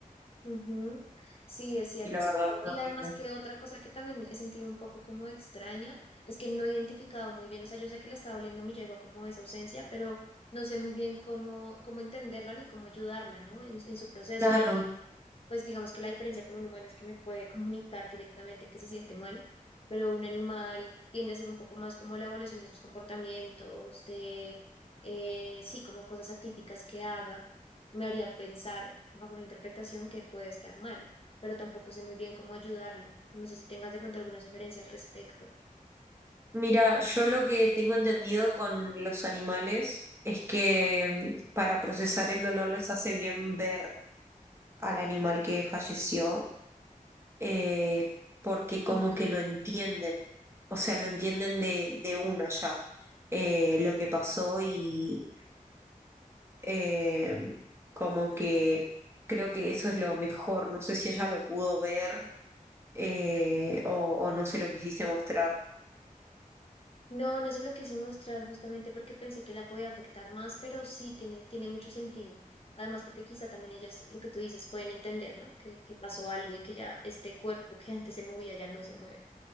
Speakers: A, on the left; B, on the right.
A: Ujú, Sí, es cierto.
B: Y la verdad es
A: Y además
B: horrible.
A: que otra cosa que también he sentido un poco como extraña es que no he identificado muy bien, o sea, yo sé que le estaba doliendo a mi yegua como esa ausencia, pero no sé muy bien cómo, cómo entenderla ni cómo ayudarla, ¿no? En, en su proceso,
B: Claro,
A: porque pues digamos que la diferencia con un humano es que me puede comunicar directamente que se siente mal, pero un animal tiende a ser un poco más como la evolución de sus comportamientos, de, eh, sí, como cosas atípicas que haga, me haría pensar bajo una interpretación que puede estar mal, pero tampoco sé muy bien cómo ayudarla. No sé si tengas de pronto alguna sugerencia al respecto.
B: Mira, yo lo que tengo entendido con los animales es que mm, para procesar el dolor les hace bien ver al animal que falleció, eh, porque como
A: Ok.
B: que lo entienden, o sea, lo entienden de, de una ya, eh, lo que pasó y eh, como que creo que eso es lo mejor, no sé si ella lo pudo ver eh, o, o no se lo quisiste mostrar.
A: No, no se lo quise mostrar justamente porque pensé que la podía afectar más, pero sí tiene, tiene mucho sentido. Además, porque quizá también ellas, lo que tú dices, pueden entender, ¿no? Que, que pasó algo y que ya este cuerpo que <laughs> antes se movía ya no se mueve.